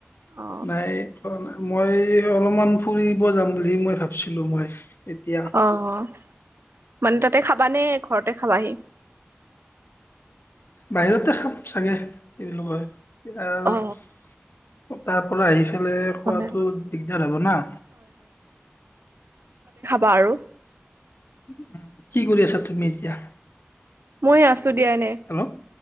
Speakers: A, on the right (about 65°); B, on the left (about 55°).
A: অ
B: নাই খোৱা নাই। মই অলপমান ফুৰিব যাম বুলি মই ভাবছিলো মই এতিয়া
A: অ'। মানে তাতে খাবা নে ঘৰতে খাবাহি?
B: বাহিৰতে খাম চাগে এই লগয়। আহ
A: অ
B: তাৰ পৰা আহিছো। ইফালে খোৱাটো
A: হয়
B: দিগদাৰ হ'ব না।
A: বাৰু
B: কি কৰি আছা তুমি এতিয়া?
A: মই আছো। দিয়া নে
B: হেল্ল'